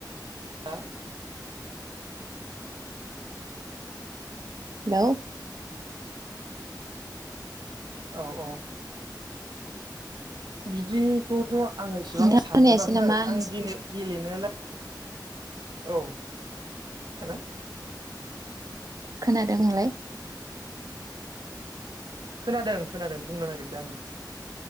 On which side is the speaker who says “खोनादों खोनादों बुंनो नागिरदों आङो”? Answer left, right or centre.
Right